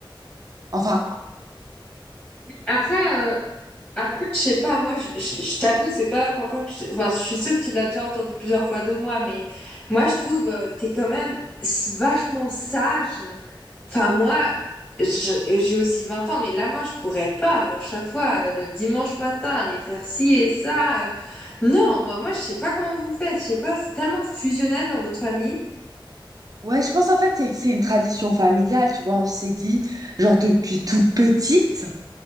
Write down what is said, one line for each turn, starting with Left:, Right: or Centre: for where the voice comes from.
Right: Enfin,
Left: Après, euh, après, je sais pas, moi, je, je, je t'avoue, c'est pas la première fois que je... Enfin, je suis sûre que tu l'as déjà entendu plusieurs fois de moi, mais moi, je trouve, euh, t'es quand même s- vachement sage. Enfin, moi, je- j'ai aussi 20 ans, mais là, moi, je pourrais pas, genre, chaque fois, euh, le dimanche matin, aller faire ci et ça. euh, Non, moi, moi, je sais pas comment vous faites, je sais pas, c'est tellement fusionnel dans votre famille.
Right: ouais, je pense en fait c'est c'est une tradition familiale, tu vois, on s'est dit genre depuis toute petite.